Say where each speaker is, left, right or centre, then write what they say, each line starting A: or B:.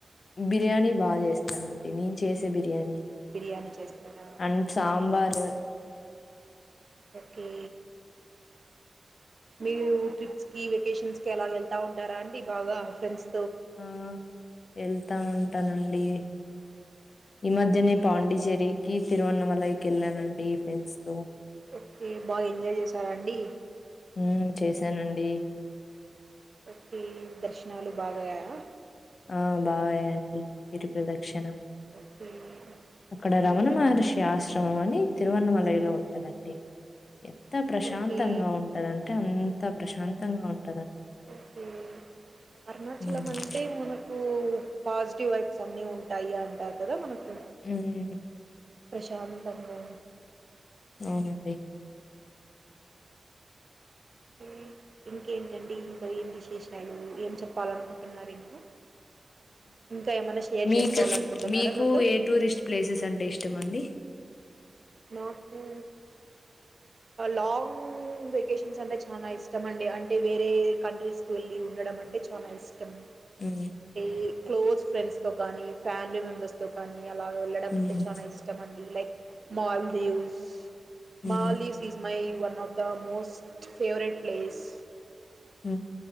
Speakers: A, on the left (about 70°); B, on the right (about 45°).
A: బిర్యానీ బాగా చేస్తానండి నేను చేసే బిర్యానీ
B: బిర్యానీ చేస్తారా
A: and
B: ఉమ్మ్
A: sambar
B: okay okay okay మీరు ట్రిప్స్ కి వెకేషన్స్ కి అలా వెళ్తా ఉంటారా అంటే బాగా ఫ్రెండ్స్
A: ఆ వెళ్తా ఉంటానండి డి ఈ మధ్యనే
B: ఓకే.
A: పాండిచేరికి తిరువనమలయికి వెళానండి ఫ్రెండ్స్ తో
B: ఓకే. బాగా ఎంజాయ్ చేశారా అండి?
A: హ్మ్మ్ చేశానండి
B: ఓకే దర్శనాలు బాగా అయ్యాయా
A: ఆ బాగా అయ్యాయండి గిరి ప్రదక్షిణ
B: ఓకే.
A: అక్కడ
B: ఓకే.
A: రమణ మహర్షి ఆశ్రమ మని తిరువనమలై లో ఉంటదండి ఎంత ప్రశాంతంగా
B: ఓకే.
A: ఉంటదంటే అంత ప్రశాంతంగా ఉంట
B: ఓకే అరుణాచలం
A: హ్మ్.
B: అంటే మనకు పాజిటివ్ వైబ్స్ అన్ని ఉంటాయి అంటారు కదా మనకు
A: హ్మ్.
B: ప్రశాంతంగా
A: అవునండి
B: ఓకే ఇంకేంటండి ఇంకా ఏం విశేషాలు ఏం చెప్పాలనుకుంటున్నారు ఇంకా ఇంకా ఏమైనా షేర్
A: మీకు
B: చేసుకోవాలనుకుంటున్నారా
A: మీకు
B: నాతో
A: ఏ టూరిస్ట్ ప్లేసెస్ అంటే ఇష్టం అండి
B: నాకు లాంగ్ వెకేషన్స్ అంటే చాలా ఇష్టం అండి అంటే వేరే కంట్రీస్కు వెళ్ళి ఉండడం అంటే చాలా ఇష్టం
A: హ్మ్.
B: అంటే క్లోజ్ ఫ్రెండ్స్ తో కానీ ఫ్యామిలీ మెంబర్స్ తో కానీ అలా వెళ్ళడం
A: హ్మ్.
B: అంటే చాలా ఇష్టం అండి లైక్ మాల్దీవ్స్
A: హ్మ్.
B: Maldives my one of the most favourite place
A: హ్మ్మ్